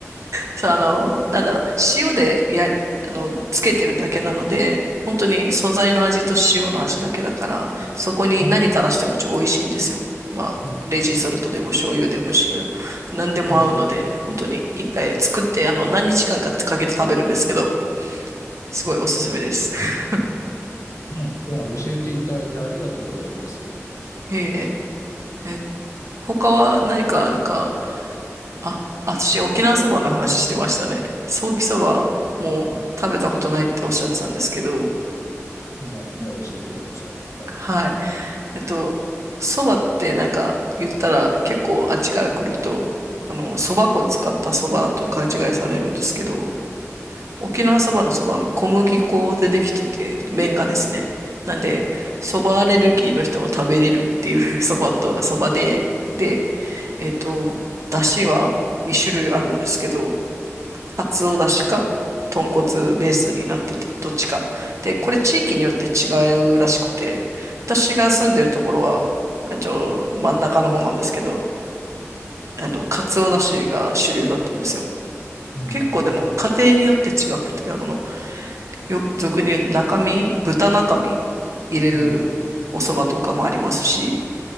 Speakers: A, on the right; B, on the left.
A: そう、あの、なんだろう、塩でや、あの、つけてるだけなので、本当に素材の味と塩の味だけだから、そこに何垂らしても一応美味しいんですよ。
B: うん
A: まあ、
B: うん
A: レジソルトでも醤油でも塩でも、何でも合うので、
B: うん
A: 本当に一回作って、あの、何日間かかけて食べるんですけど、すごいおすすめです。<laughs>
B: ね、いや、教えていただいてありがとうございます。
A: いえいえ、え、他は何か、なんか、あ、私、沖縄そばの話してましたね。ソーキそばも食べたことないっておっしゃってたんですけど、
B: うん、今はね、教えてください。はい。
A: はい。えっと、そばってなんか言ったら結構あっちから来ると、あの、そば粉使ったそばと勘違いされるんですけど、沖縄そばのそばの小麦粉でできてて、麺がですね。なんで、
B: うん。
A: そばアレルギーの人も食べれるっていう <laughs> そばと、そばで、で、えっと、だしは2種類あるんですけど、カツオだしか、豚骨ベースになってて、どっちか。で、これ地域によって違うらしくて、私が住んでるところは、あ、ちょ、真ん中の方なんですけど、あの、カツオだしが主流だったんですよ。
B: うん。
A: 結構でも家庭によって違くて、あの、よ、俗に言う中身、豚中身入れるお蕎麦とかもありますし、
B: うん。